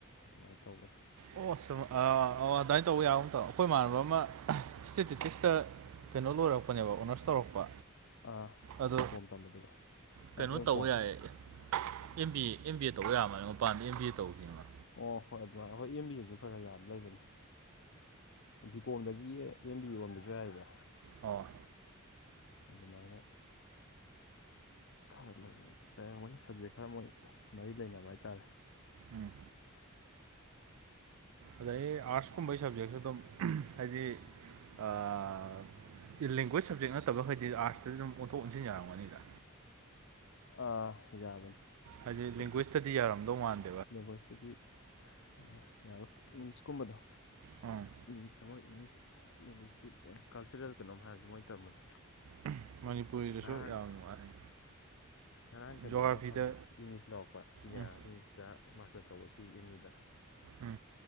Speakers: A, on the left (about 60°); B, on the right (about 70°).
A: ꯑꯗꯨꯃꯥꯏ ꯇꯧꯕꯅꯦ
B: ꯑꯣ ꯁꯨꯝ ꯑ ꯑꯣ ꯑꯗꯨꯃꯥꯏꯅ ꯇꯧꯕ ꯌꯥꯕ ꯑꯃꯇꯧ ꯑꯈꯣꯏ ꯏꯃꯥꯟꯅꯕ ꯑꯃ ꯏꯁꯇꯦꯇꯤꯇꯤꯛꯁꯇ ꯀꯩꯅꯣ ꯂꯣꯏꯔꯛꯄꯅꯦꯕ ꯑꯣꯅꯔꯁ ꯇꯧꯔꯛꯄ
A: ꯑꯥ
B: ꯑꯗꯣ
A: ꯕꯤꯀꯣꯝ ꯇꯝꯕꯗꯨꯒ
B: ꯀꯩꯅꯣ
A: ꯑꯥ ꯑꯦꯝ
B: ꯇꯧ
A: ꯀꯣꯝ
B: ꯌꯥꯏꯌꯦꯌꯦ M B A M B A ꯇꯧꯕ ꯌꯥꯃꯥꯜꯂ ꯃꯄꯥꯟꯗ ꯑꯦꯝ ꯕꯤ ꯑꯦ ꯇꯧꯔꯤꯌꯦ ꯃꯥ
A: ꯑꯣ ꯍꯣꯏ ꯑꯗꯨꯃꯥꯏꯅ ꯑꯍꯣꯏ ꯑꯦꯝ ꯕꯤ ꯑꯦꯁꯨ ꯈꯔ ꯈꯔ ꯌꯥꯕ ꯂꯩꯕꯅꯦ ꯕꯤ ꯀꯣꯝꯗꯒꯤ ꯑꯦꯝ ꯕꯤ ꯑꯦ ꯑꯣꯟꯕꯁꯨ ꯌꯥꯏꯑꯦꯕꯥ
B: ꯑꯣ
A: ꯑꯗꯨꯃꯥꯏꯅ ꯈꯔ ꯂꯩꯌꯦ ꯂꯩꯔꯝꯒꯅꯤ ꯁꯞꯖꯦꯛ ꯈꯔ ꯃꯣꯏ ꯃꯔꯤ ꯂꯩꯅꯕ ꯍꯥꯏꯇꯥꯔꯦ
B: ꯎꯝ ꯑꯗꯩ ꯑꯥꯔꯠꯁꯀꯨꯝꯕꯒꯤ ꯁꯕꯖꯦꯛꯁꯨ ꯑꯗꯨꯝ ꯎꯝ ꯍꯥꯏꯗꯤ ꯑꯥ ꯏꯂꯦꯡꯒ꯭ꯋꯦꯖ ꯁꯕꯖꯦꯛ ꯅꯠꯇꯕꯈꯩꯗꯤ ꯑꯥꯔꯠꯁꯇꯁꯨ ꯑꯗꯨꯝ ꯑꯣꯟꯊꯣꯛ ꯑꯣꯟꯁꯤꯟ ꯌꯥꯔꯝꯒꯅꯤꯗ
A: ꯑ ꯌꯥꯕꯅꯤ
B: ꯍꯥꯏꯗꯤ
A: ꯑꯇꯣꯞꯄ
B: ꯂꯦꯡꯒ꯭ꯋꯦꯖꯇꯗꯤ ꯌꯥꯔꯝꯗꯧ ꯃꯥꯟ
A: ꯂꯦꯡꯒ꯭ꯋꯦꯖꯇꯗꯤ ꯑ ꯌꯥꯔꯣꯏ ꯏꯪꯂꯤꯁꯀꯨꯝꯕꯗꯣ
B: ꯑꯝ
A: ꯏꯪꯂꯤꯁꯇ ꯃꯣꯏ ꯏꯪꯂꯤꯁ ꯂꯦꯡꯒ꯭ꯌꯨꯁꯇꯤꯛ ꯑꯦꯟ ꯀꯜꯆꯔꯦꯜ ꯀꯩꯅꯣꯝ ꯍꯥꯏꯕꯅꯤ ꯃꯣꯏꯅ ꯇꯝꯕꯗꯣ
B: ꯑꯨꯝꯍ ꯃꯅꯤꯄꯨꯔꯤꯗꯁꯨ
A: ꯉꯔꯥꯡ
B: ꯌꯥꯝ ꯅꯨꯡꯉꯥꯏ
A: ꯉꯔꯥꯡ ꯀꯩꯅꯣ
B: ꯖꯣꯒ꯭ꯔꯥꯐꯤꯗ
A: ꯑꯃ ꯁꯥꯟꯅꯩ ꯏꯪꯂꯤꯁ ꯂꯧꯔꯛꯄ
B: ꯎꯝ
A: ꯏꯪꯂꯤꯁꯇ ꯃꯥꯁꯇꯔ ꯇꯧꯕꯁꯤ ꯑꯦꯝ ꯌꯨꯗ
B: ꯎꯝ